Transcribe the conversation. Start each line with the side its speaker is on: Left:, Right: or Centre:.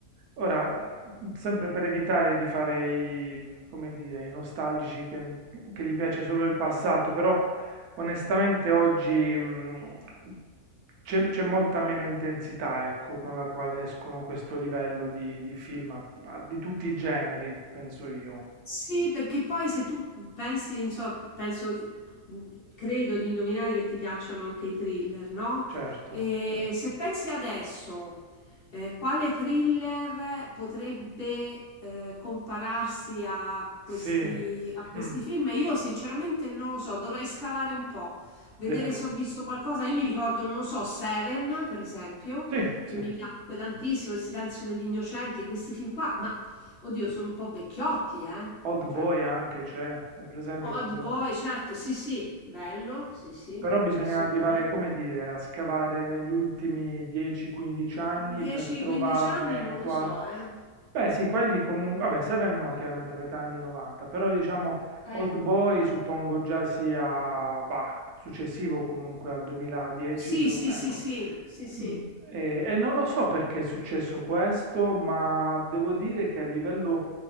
Right: Ora, mh, sempre per evitare di fare i, come dire, i nostalgici che, che gli piace solo il passato, però Onestamente oggi mh, c'è c'è molta meno intensità, ecco, con la quale escono questo livello di, di film a- a- di tutti i generi, penso io.
Left: Sì, perché poi se tu pensi, non so, penso, mm, credo di indovinare che ti piacciono anche i thriller, no?
Right: Certo.
Left: E Certo. se pensi adesso, eh, quale thriller potrebbe eh, compararsi a questi,
Right: Sì,
Left: a questi
Right: Mm,
Left: film? Io sinceramente non lo so, dovrei scavare un po', vedere
Right: vero.
Left: se ho visto qualcosa. Io mi ricordo, non lo so, Seven, per esempio,
Right: Sì,
Left: che
Right: sì.
Left: mi piacque tantissimo, Il silenzio degli innocenti, questi film qua, ma... Oddio, sono un po' vecchiotti, eh?
Right: Old
Left: Cioè,
Right: Boy anche c'è, è presente
Left: Old
Right: quello?
Left: Boy, certo, sì, sì, bello, sì, sì,
Right: Però bisogna
Left: assolutamente.
Right: arrivare, come dire, a scavare negli ultimi 10-15 anni
Left: 10-15
Right: per trovarne
Left: anni non lo
Right: qual...
Left: so, eh.
Right: Beh, sì, quelli comunque... Vabbè, Seven no, chiaramente metà anni 90, però diciamo
Left: Eh,
Right: Old Boy suppongo già sia, bah, successivo comunque al 2010,
Left: sì,
Right: sono-
Left: sì,
Right: ecco.
Left: sì, sì, sì, sì.
Right: Mh, e e non lo so perché è successo questo, ma devo dire che a livello,